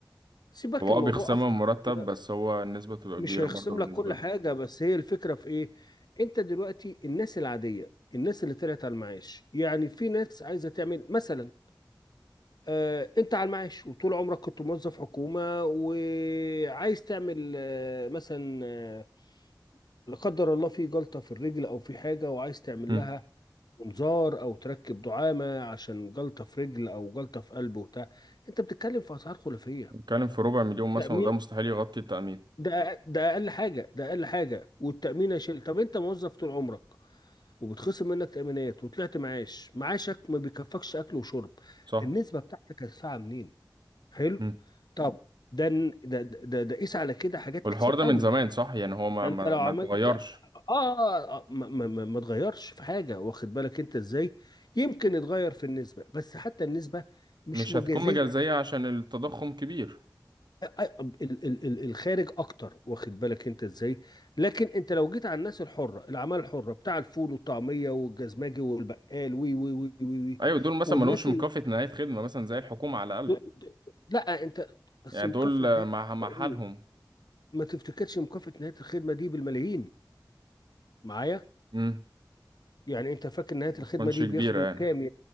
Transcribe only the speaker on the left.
سيبك
الموضوع
اخطر
من كده
مش
هيخصم
لك كل
حاجة بس هي الفكرة في ايه انت دلوقتي الناس العادية الناس اللي طلعت على المعاش يعني في ناس عايزة تعمل مثلا آه انت على المعاش وطول عمرك كنت موظف حكومة وعايز تعمل آه مثلا آه لا قدر الله في جلطة في الرجل او في حاجة وعايز تعمل
لها منظار او تركب دعامه عشان جلطه في رجل او جلطه في قلب وبتاع انت بتتكلم في اسعار خلافيه
تامين
ده ده اقل حاجه ده اقل حاجه والتامين يا شيل طب انت موظف طول عمرك وبتخصم منك تامينات وطلعت معاش معاشك ما بيكفكش اكل وشرب
النسبه بتاعتك هتدفعها منين حلو
طب ده ده ده ده قيس على كده حاجات
كتير
قوي
انت
لو
عملت
اه, آه, آه ما, ما, ما ما تغيرش في حاجه واخد بالك انت ازاي يمكن يتغير في النسبه بس حتى النسبه مش
مجازيه
آه، آه، ال- ال- ال- الخارج اكتر واخد بالك انت ازاي لكن انت لو جيت على الناس الحره الاعمال الحره بتاع الفول والطعميه والجزماجي والبقال وي وي وي وي, وي
والناس
ال...
دول- د- لا انت بس
مكافاه
نهايه
ايه
ما تفتكرش مكافاه نهايه الخدمه دي بالملايين معايا
يعني انت فاكر نهايه
الخدمه
دي
بياخدوا
كام